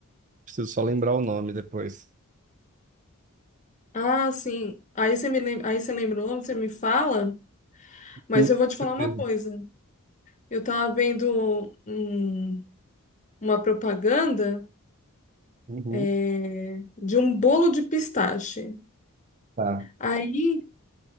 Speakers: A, on the right; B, on the left.
A: preciso só lembrar o nome depois.
B: Ah, sim. Aí você me lem... aí você lembrou, você me fala, mas
A: Sim, com
B: eu vou te falar
A: certeza.
B: uma coisa. Eu tava vendo hum, uma propaganda
A: Uhum,
B: é, de um bolo de pistache.
A: tá.
B: Aí